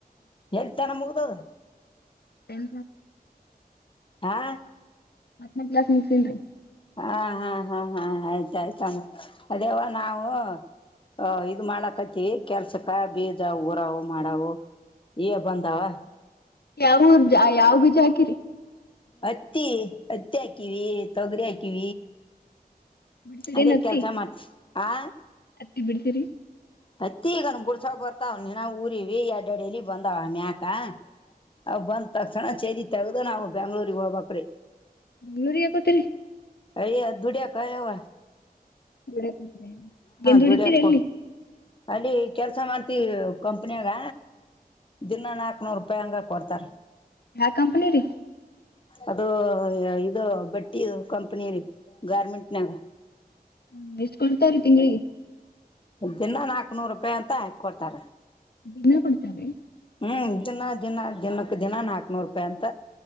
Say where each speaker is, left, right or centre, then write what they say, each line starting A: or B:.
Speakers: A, on the left; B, on the left.
A: ಎಲ್ತನ ಮುಗ್ದದ
B: ಟೆಂ
A: ಹಾ
B: ಮತ್ನೇ ಕ್ಲಾಸ್ ಮುಗಸನ್ಿ
A: ಹಾ ಹಾ ಹಾ ಹಾ ಆಯ್ತಾಯ್ತ ಅದೇವಾ ನಾವು ಹ ಇದು ಮಾಡ್ಲಕತಿ ಕೆಲ್ಸಕ್ಕ ಬೀಜ ಊರವು ಮಾಡವು ಈ ಬಂದಾವಾ
B: ಯಾವ ಯಾವ ಬೀಜಾಕಿರಿ
A: ಹತ್ತಿ ಹತ್ತಿ ಹಾಕಿವ ತೊಗರಿ ಹಾಕಿವ
B: ಬಿಡ್ಸಿರೇನ್
A: ಅದೇ
B: ಹತ್ತಿ
A: ಕೆಲಸ ಮಾಡ್ತವಿ ಆ
B: ಹತ್ತಿ ಬಿಡ್ತೀರಿ
A: ಪ್ರತಿಗನ ಬುಡ್ಸಕ ಬರ್ತಾವನ ಊರಿ ಅಡ್ಡ ಅಡಲಿ ಬಂದಾವ ಮ್ಯಾಕ ಅವ ಬಂದ್ ತಕ್ಸಣ ಚೇದ ತೆಗ್ದ ನಾವು ಬೆ್ಯಾಂಗ್ಳೂರ್ಗ್ ಹೋಗಬಕ್ರೀ
B: ಬೆಂಗ್ಳೂರಿಗೆ ಯಾಕೋತಿೀರಿ
A: ಅರಿ ಅಧೂರ್ಯಾ ಕಾಯವ
B: ಡ್ರ ನ್
A: ದುಡಿಯಕು
B: ಡಿತೀರ ಎಲ್ಲಿ
A: ಅಲ್ಲಿ ಕೆಲ್ಸ ಮಾಡ್ತಿೀವಿ ಕಂಪ್ನಿಯಾಗ ದಿನ ನಾಕ್ನೂರು ರೂಪಾಯಿ ಹಂಗ ಕೊಡ್ತಾರ
B: ಯಾವ ಕಂಪನಿ ರೀ
A: ಅದು ಇದು ಬಟ್ಟಿ ಕಂಪನಿಲಿ ಗಾರ್ಮೆಂಟ್ನಾಗ
B: ಹ್ಮ ಎಷ್ಟ್ ಕೊಡ್ತಾರೀ ತಿಂಗಳಿಗೆ
A: ದಿನ ನಾಕ್ ನೂರು ರೂಪಾಯಿ ಅಂತ ಹಾಕ್ ಕೊೊಡ್ತಾರ
B: ದಿನ ಕೊಡ್ತಾರೆ
A: ಹ್ಮ್ ದಿನ ದಿನ ದಿನಕ್ಕ ದಿನ ನಾಕ್ನೂರು ರೂಪಾಯಿ ಅಂತ